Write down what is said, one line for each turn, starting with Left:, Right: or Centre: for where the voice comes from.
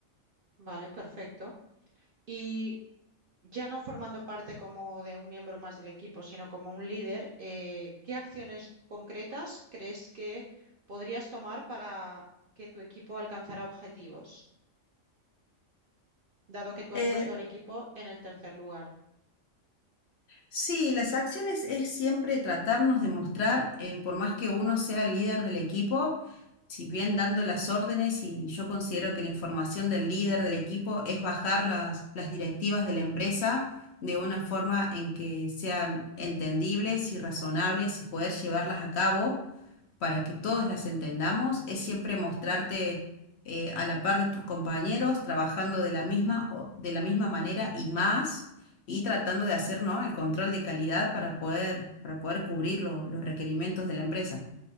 Right: Vale, perfecto. Y ya no formando parte como de un miembro más del equipo, sino como un líder, eh, ¿qué acciones concretas crees que podrías tomar para que tu equipo alcanzara objetivos, dado que tú
Left: Eh,
Right: has puesto al equipo en el tercer lugar?
Left: Sí, las acciones es siempre tratarnos de mostrar, eh, por más que uno sea el líder del equipo, si bien dando las órdenes, y yo considero que la información del líder del equipo es bajar las, las directivas de la empresa de una forma en que sean entendibles y razonables y poder llevarlas a cabo para que todas las entendamos, es siempre mostrarte eh, a la par de tus compañeros, trabajando de la misma, o- de la misma manera y más, y tratando de hacer, ¿no? el control de calidad para poder, para poder cubrir lo- los requerimientos de la empresa.